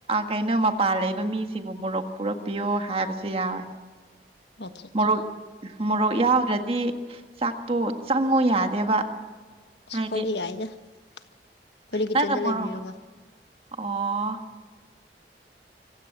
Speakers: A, on the right; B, on the left.
A: ꯀꯩꯅꯣ ꯃꯄꯥꯟ ꯂꯩꯕ ꯃꯤꯁꯤꯡꯕꯨ ꯃꯣꯔꯣꯛ ꯄꯨꯔꯛꯄꯤꯌꯣ ꯍꯥꯏꯕꯁꯨ ꯌꯥꯎꯋꯦ
B: ꯑꯆꯥ ꯑꯆꯥ
A: ꯃꯣꯔꯣꯛ ꯃꯣꯔꯣꯛ ꯌꯥꯎꯗ꯭ꯔꯗꯤ ꯆꯥꯛꯇꯣ ꯆꯪꯉꯨ ꯌꯥꯗꯦꯕ
B: ꯑꯁ
A: ꯍꯥꯏꯗꯤ
B: ꯑꯩꯈꯣꯏꯅ ꯌꯥꯏꯅꯦ ꯑꯩꯈꯣꯏꯅ
A: ꯅꯪꯅ
B: ꯀꯤꯠꯆꯟꯗ
A: ꯃꯣꯔꯣꯛ
B: ꯂꯩꯃꯤꯅꯤꯔꯒ
A: ꯑꯣ